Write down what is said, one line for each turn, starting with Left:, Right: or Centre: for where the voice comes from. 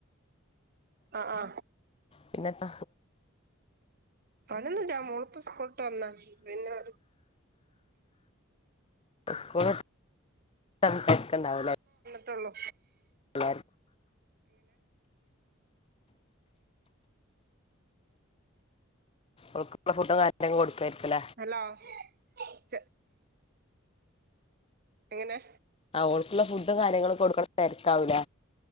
Right: ആ ആ
Left: പിന്നെത്ത?
Right: പണിയൊന്നുല്ല മോൾപ്പ സ്കൂൾ ട്ട് വന്ന പിന്നെ
Left: സ്കൂൾ വിട്ട് വന്നേക്കുംണ്ടാവില
Right: ട്ടള്ളൂ
Left: <inaudible> ഓക്കള്ള ഫുഡും കാര്യങ്ങളും കൊടുക്കയിരിക്കല
Right: ഹലോ ചെ എങ്ങനെ?
Left: ഓൾക്കുള്ള ഫുഡും കാര്യങ്ങളൊക്ക കൊടുക്കണ നെരത്താവൂല.